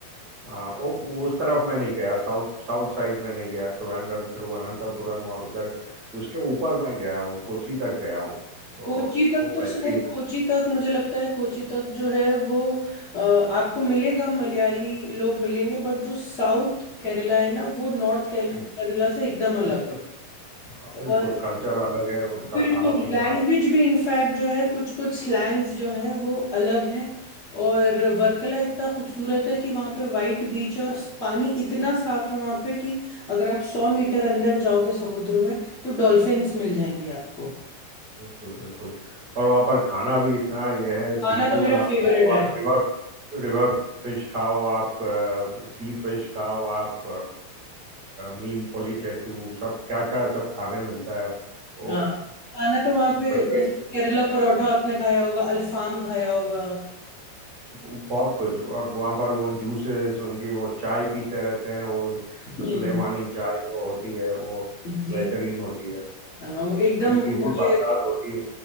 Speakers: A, on the right (about 30°); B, on the left (about 30°).
A: हाँ वो वो उस तरफ मैं नहीं गया साउथ साउथ साइड में नहीं गया त्रिवेंद्रम तिरुवनंतपुरम और उधर उसके ऊपर मैं गया हूँ कोची तक गया हूँ तो
B: कोची तक
A: वो
B: तो
A: बेहतरीन
B: सर
A: है
B: कोची तक मुझे लगता है कोची तक जो है वो अ, आपको मिलेगा मलयाली लोग मिलेंगे बट जो साउथ केरला है ना वो नॉर्थ केरला
A: हम्म,
B: से एकदम अलग
A: उसके-
B: है
A: हाँ,
B: और
A: बिल्कुल कल्चर अलग है उनका
B: बिल्कुल
A: खाना पीना
B: लैंग्वेज भी इनफैक्ट जो है कुछ कुछ स्लैंग्स जो हैं वो अलग हैं और वर्कला इतना खूबसूरत है कि वहाँ पे वाइट बीच है और पानी इतना साफ है वहाँ पे कि अगर आप सौ मीटर अंदर जाओगे समुद्र में तो डॉल्फिन्स मिल जाएंगी आपको
A: बिल्कुल बिल्कुल और वहाँ पर खाना भी इतना यह है
B: खाना
A: सी फूड
B: तो मेरा
A: आप
B: फेवरेट
A: खाओ
B: है
A: आप रिवर रिवर फिश खाओ आप सी फिश खाओ आप मीन पोलीचेटू सब क्या क्या सब खाने मिलता है वो
B: हाँ खाना तो वहां पे
A: प्रिपरेशन
B: जैसे केरला परोठा आपने खाया होगा अल्फाम खाया होगा
A: बहुत कुछ और वहाँ पर वो जूसेस उनकी वो चाय पीते रहते हैं वो
B: <laughs> हम्म,
A: सुलेमानी चाय जो होती है वो
B: जी
A: बेहतरीन होती है
B: हाँ,
A: वो
B: एकदम
A: हल्की
B: मुझे
A: सी बरसात होती है